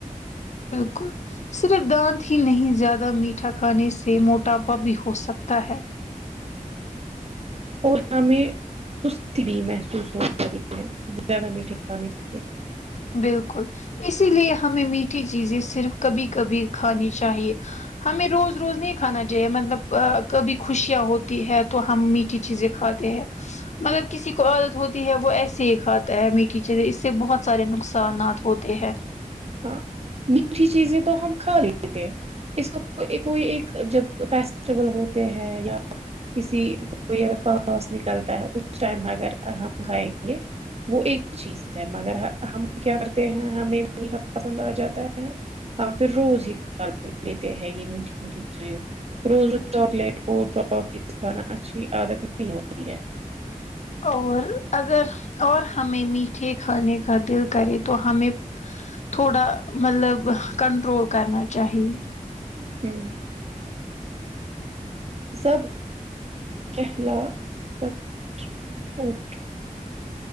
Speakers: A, on the left; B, on the right.
A: کا کو صرف دانت ہی نہیں زیادہ میٹھا کھانے سے موٹاپا بھی ہو سکتا ہے
B: اور ہمیں سستی بھی محسوس ہو جاتی ہے زیادہ میٹھے کھانے سے
A: بالکل اسی لیے ہمیں میٹھی چیزیں صرف کبھی کبھی کھانی چاہیے ہمیں روز روز نہیں کھانا چاہیے مطلب ا کبھی خوشیاں ہوتی ہے تو ہم می ٹھی چیزیں کھاتے ہیں مگر کسی کو عادت ہوتی ہے وہ ایسے ہی کھاتا ہے میٹھی چیزین اس سے بہت سارے نقصانات ہوتے ہیں
B: ہاں میٹھی چیزیں تو ہم کھا لی تھے اس کو کوئی ایک کوئی ایک جب فیسٹیول ہوتے ہیں یا کسی کوئی اگر پا پاس نکلتا ہے اس ٹائم اگر ہم کھائیں گے وہ ایک چیز ہے مگر ہم کیا کرتے ہیں ہمیں میٹھا پسند آ جاتا ہے ہم پھر روز ہی کھاتے پیتے ہے یہ میٹھی میٹھی چیز روز ر چاکلیٹ اورٹوفیز کھانا اچھی عادت نہیں ہوتی ہے
A: اور اگر اور ہمیں میٹھے کھانے کا دل کرے تو ہمیں تھوڑا مطلب ہ کنٹرول کرنا چاہیے
B: ہوں سب کھلا سب <unintelligible>